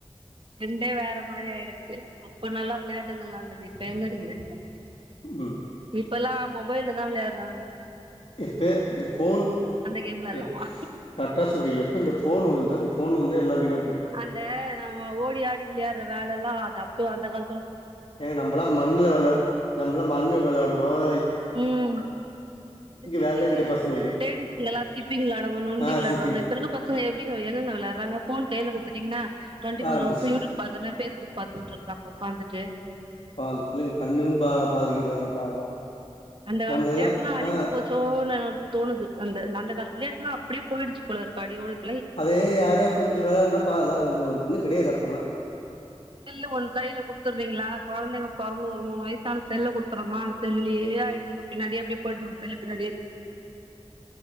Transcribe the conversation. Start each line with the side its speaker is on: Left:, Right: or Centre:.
Right: ரெண்டே வேற மாரி ஆயிடுச்சு அப்ப நல்லா விளையாட்டுங்கல்லாம் இருந்தது இப்ப எங்க இருக்கு
Left: ம்
Right: இப்பல்லா மொபைல்லதா விளையா தாங்க
Left: இப்பே இந்த ஃபோன்
Right: கேம்ல இல்லாமா
Left: இப் கரெக்டா சொல்ரீங்க எப்ப இந்த ஃபோன் வந்துதோ ஃபோன் வந்து எல்லாவீனாப்
Right: அந்த நம்ம ஓடி ஆடி விளையாடுற வேல அதல்லா அது அப்பயோ அந்த காலத்
Left: ஏங்க நம்மல்லாம் மண்ணுல வெளா நம்மலா மண்ணு வெளையாடுவோம்
Right: ம் இந்த சிப்பிங்க
Left: வேலையே கெடையாது பசங்களுக்கு
Right: இந்த லேடிஸ்ங்க எல்லா சிக்ப்பிங் வெளாடுவாங்க நொன்டி
Left: ஆ
Right: வெளாயாடுவாங்க
Left: சிப்பிங்க
Right: இப்ப இருக்க பசங்க எப்டிங்க எங்கங்க விளாயாடுறாங்க ஃபோன் கையில குடுத்துட் இனா டுவென்டி ஃபோர்
Left: ஆரம்பிச்சு
Right: ஹவர்ஸு யூடியூப் பாத்துனு பேஸ்புக் பாத்துன்னுட்ருக்கா உக்காந்துட்டு
Left: அப்ப அந்த புள்ளைங்க கண்ணும் பா பாதிக்குது வேற பாவோ
Right: அந்தக் காலத்து
Left: நம்மளுக்கெல்லா
Right: விளாயாட்டுல்லா அழிஞ்சு
Left: ஆ
Right: போச்சோனு தோணுது அந்த அந்த காலத்து விளையாட்டுலா அப்டி போயிடுச்சு போல இருக்கு அடியோட இப்
Left: அதே யாரா கொஞ்சும் விளையாடுனா பலாம் ஒன்னு கிடையாது அப்பல்லாம்
Right: செல்லு ஒரு கையில குடுத்துடுறீங்களா குழந்தைங்க பொறந்து ஒரு மூணு வயசான செல்ல குடுத்து றமா அந்த செல்லுலேயே ஆயிடுதுங்க பின்னாடியே அப்டியே போயிடுங்க செல்லு பின்னாடியே